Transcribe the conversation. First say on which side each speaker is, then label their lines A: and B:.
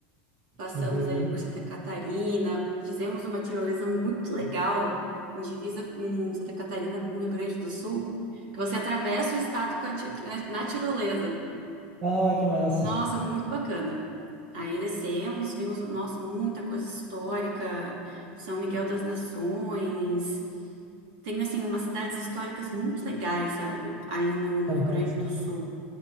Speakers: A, on the right; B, on the right.
A: Passamos
B: Uhum.
A: ali por Santa Catarina, fizemos uma tirolesa muito legal, em divisa com Santa Catarina, com o Rio Grande do Sul, que você atravessa o estado com a ti- na na tirolesa.
B: Ah, que massa.
A: Nossa, muito bacana. Aí descemos, vimos, nossa, muita coisa histórica, São Miguel das Nações. Tem, assim, umas cidades históricas muito legais, sabe? Ali no, no
B: Aham.
A: Rio Grande do Sul,